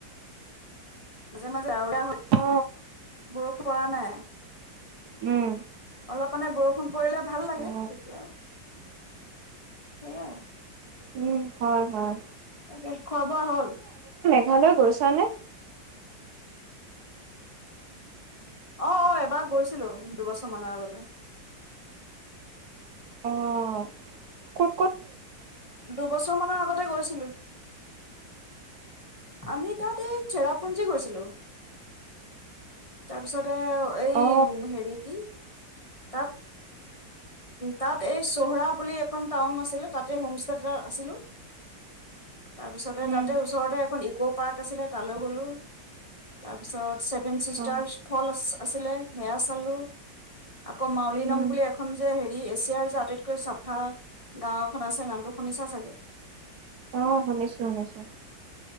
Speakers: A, on the left; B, on the right.
A: মাজে-মাজে <unintelligible> হয়
B: অ
A: বৰষুণ পৰা নাই।
B: উম।
A: অলপ মানে বৰষুণ পৰিলে ভাল লাগে
B: অ
A: সেইটো আৰু। সেইয়া
B: উম হয় হয়
A: তাকে খোৱাবোৱা হ'ল
B: ঘৰলৈলৈ গৈছ নে
A: অ অ এবাৰ গৈছিলোঁ দুবছৰ মানৰ আগতে
B: অহ
A: দুবছৰমানৰ আগতে গৈছিলোঁ আমি তাত এই চেৰাপুঞ্জী গৈছিলো তাৰপিছত এই
B: অ
A: হেৰি কি তাত। তাত এই চোহৰা বুলি এখন টাউন আছিলে তাতে হোম ষ্টে এটা আছিলো তাৰপিছতে
B: উম
A: তাতে ওচৰতে এখন ইক' পাৰ্ক আছিলে তালৈ গলো তাৰপিছত চেভেন চিষ্টাৰ
B: অ
A: ফল আছিলে সেয়া চালো আকৌ মাউলি নং
B: উম
A: বুলি এখন যে হেৰি এছিয়াৰ যে আটাইতকৈ চাফা গাওঁ এখন আছে নামটো শুনিছা চাগে
B: অ শুনিছো শুনিছো